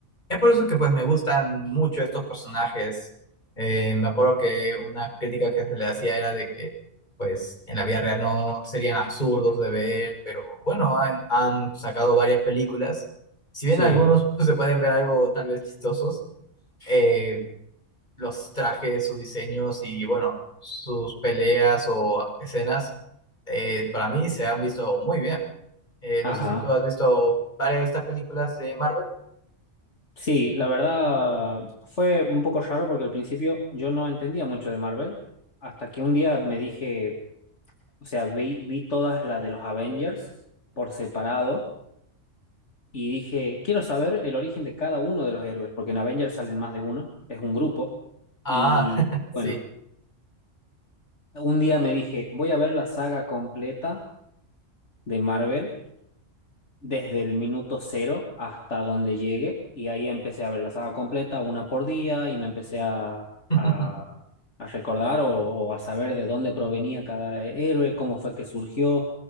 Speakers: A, on the left (about 35°); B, on the left (about 65°).
A: Es por eso que pues me gustan mucho estos personajes. Eh, me acuerdo que una crítica que se le hacía era de que pues en la vida real no serían absurdos de ver, pero bueno, han, han sacado varias películas. Si bien
B: Sí,
A: algunos pues, se pueden ver algo tal vez chistosos, eh, los trajes, sus diseños y bueno, sus peleas o escenas, eh, para mí se han visto muy bien. Eh,
B: ajá.
A: no sé si tú has visto varias de estas películas de Marvel.
B: Sí, la verdad fue un poco raro porque al principio yo no entendía mucho de Marvel, hasta que un día me dije, o sea, vi, vi todas las de los Avengers por separado y dije, quiero saber el origen de cada uno de los héroes, porque en Avengers salen más de uno, es un grupo.
A: Ah,
B: Y
A: <laughs> sí.
B: bueno, un día me dije, voy a ver la saga completa de Marvel desde el minuto cero hasta donde llegue y ahí empecé a ver la saga completa una por día y me empecé a,
A: <laughs>
B: a, a recordar o, o a saber de dónde provenía cada héroe, cómo fue que surgió